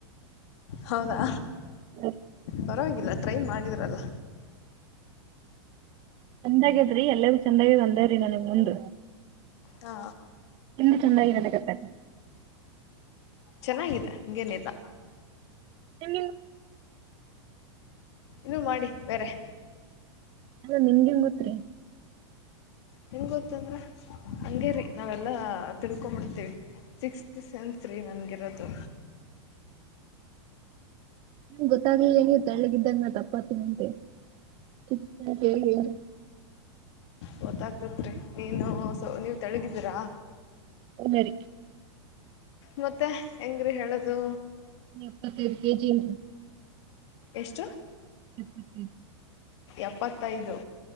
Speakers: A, on the left; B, on the right.
A: ಹೌದಾ.
B: ಹ್ಮ.
A: ಪರವಾಗಿಲ್ಲ ಟ್ರೈ ಮಾಡಿದ್ರಲ್ಲ.
B: ಚಂದಾಗ್ಯದ್ರಿ ಎಲ್ಲರಿೂ ಚಂದಾಗಿ ಬಂದವ್ರಿ ನನಗ್ ಮುಂದ.
A: ಹಾ
B: ಇಲ್ಲಿ ಚೆನ್ನಾಗಿ ನನಗೆತನೆ.
A: ಚೆನ್ನಾಗಿದೆ ಹೇನಿಲ್ಲ.
B: ನೀವು.
A: ಇನ್ನುೂ ಮಾಡಿ ಬೇರೆ.
B: ಅಲ್ಲ ನಿಮಗೆಿನ್ ಗೊತ್ರಿ.
A: ಹೆಂಗ್ ಗೊತ್ತಂದ್ರ ಹಂಗೇರಿ ನಾವೆಲ್ಲಾ ತಿಳ್ಕೊಂಬಿಡ್ತೀವಿ. ಸಿಕ್ಸ್ತ್ ಸೆಂರಿ ನನಗಿರೋದು.
B: <unintelligible> ನಿಮ್ ಗೊತ್ತಾಗ್ಲಿಲ್ಲ ನೀವ ತಳ್ಳಿಗ ಇದ್ದಾಗ ನ ತಪ್ಪಾತೀಿನಂತೆ. <unintelligible>
A: ಗೊತ್ತಾಗ್ತತ್ರಿ ನೀನುಸ ನೀವ್ ತಳಗಿದ್ದೀರಾ.
B: ಒನ್ನರಿ.
A: ಮತ್ತೆ ಹೆಂಗ್ರೀ ಹೇಳದು.
B: ನೀ ಎಪ್ಪತ್ತೈದು ಕೆಜಿಂಟ.
A: ಎಷ್ಟು.
B: <unintelligible>
A: ಎಪ್ಪತ್ತೈದು.